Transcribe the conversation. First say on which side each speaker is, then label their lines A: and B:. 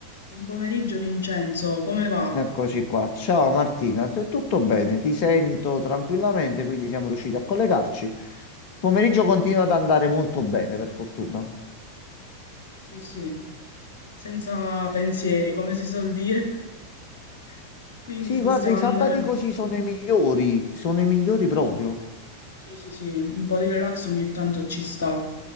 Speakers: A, on the left; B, on the left.
A: Buon pomeriggio Vincenzo, come va?
B: Eccoci qua. Ciao Martina, se tutto bene, ti sento tranquillamente, quindi siamo riusciti a collegarci. Il pomeriggio continua ad andare molto bene, per fortuna.
A: Sì, sì, senza pensieri, come si suol dire, <laughs> quindi
B: Sì,
A: possiamo
B: guarda, i
A: andare.
B: sabati così sono i migliori, sono i migliori proprio.
A: Sì, sì, sì, un po' di relax ogni tanto ci sta.